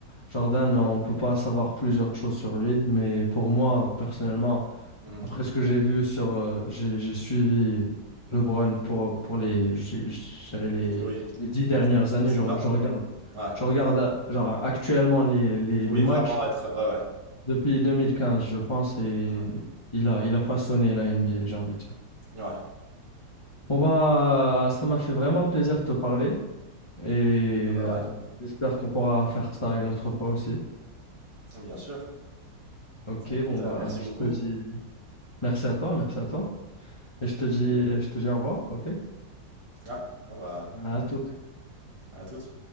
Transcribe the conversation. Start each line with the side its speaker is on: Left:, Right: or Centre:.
Left: Jordan, on ne peut pas savoir plusieurs choses sur lui, mais pour moi, personnellement,
Right: Mhm.
Left: après ce que j'ai vu sur, euh, j'ai, j'ai suivi LeBron pour, pour les, je- je dirais les,
Right: Oui.
Left: les dix dernières
Right: C'est,
Left: années.
Right: c'est
Left: Je,
Right: vingt-
Left: je regarde,
Right: Ouais.
Left: je regarde euh, genre, actuellement les, les,
Right: Oui,
Left: les matchs
Right: vraiment être. Ouais, ouais.
Left: depuis 2015, je pense, et
Right: Mhm.
Left: il a, il a façonné la NBA, j'ai envie de dire.
Right: Ouais.
Left: Bon, bah, ça m'a fait vraiment plaisir de te parler. Et
Right: Ah Bah
Left: euh, j'espère qu'on pourra faire ça une autre fois aussi.
Right: ouais, bien sûr.
Left: Ok,
Right: Écoute,
Left: bon bah
Right: euh, merci
Left: je
Right: beaucoup.
Left: te dis merci à toi, merci à toi. Et
Right: Merci.
Left: je te dis je te dis au revoir, ok?
Right: Ouais, bon bah,
Left: À toute.
Right: à toutes.